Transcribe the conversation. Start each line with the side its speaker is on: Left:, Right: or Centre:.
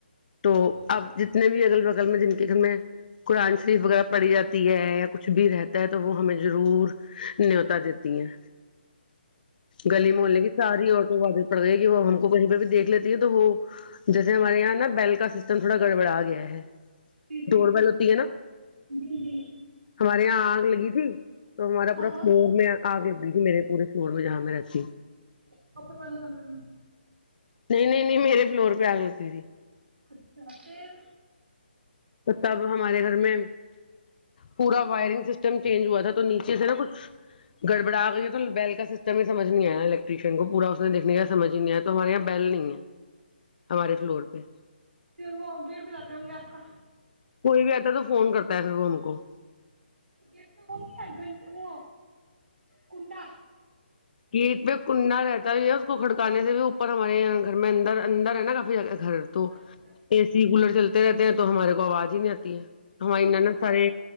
Left: تو اب جتنے بھی اگل بغل میں جن کے گھر میں قرآن شریف وغیرہ پڑھی جاتی ہے یا کچھ بھی رہتا ہے تو وہ ہمیں ضرور نیوتا دیتی ہیں گلی محے کی ساری اورت وادت پڑ گئی کہ
Right: جی
Left: وہ ہم کو کہیں پہ بھی دیکھ لیتی ہے ہو جیسے ہمارے یہاں نا بیل کا سسٹم تھوڑا گڑبڑا گیا ہے
Right: جی
Left: دوورپل ہوتی ہے نا
Right: جی جی
Left: ہمارے یہاں آگ لگی تھی تو ہمارا پورا
Right: ہاں
Left: میں آگ لگی تھی میرے پورے شوور میں جامرات
Right: پپا والال کمل نہیں
Left: نہیں نہیں نہیں میرے فلور پہ آگ لگی تی
Right: اچھا پھر
Left: تو تب ہمارے گھر میں پورا وائرنگ سسٹم چینج ہوا تھا تو نیچے سے نا کچھ گڑبڑا گئی تو بیل کا سسٹم ہی سمجھ نہیں آیا نا الیکٹریشین کو پورا اس نے دیکھنے کا سمج ہی نہیں آیا تو ہمارے یہاں بیل نہیں ہے ہمارے فلور پہ
Right: وہ گیٹ ب جاتے ہوں گے آپ کا
Left: کوئی بھی آتا ہے تو فون کرتا ہے پھر وہ ہم کو
Right: گیٹ میں وہ ن گھنٹ وہ کنڈا
Left: کیٹ پہ کنڈا رہتا بھی ہے اس کو کھڑکانے سے بھی اوپر ہمارےاں گھر میں اندر اندر ہے نا کافی جگہ گھر تو
Right: اچھا اچھا
Left: اے سی کولر چلتے رہتے ہیں تو ہمارے کو آواز ہی نہیں آتی ہے ہم
Right: بالکل
Left: انا نہ
Right: تو
Left: سارے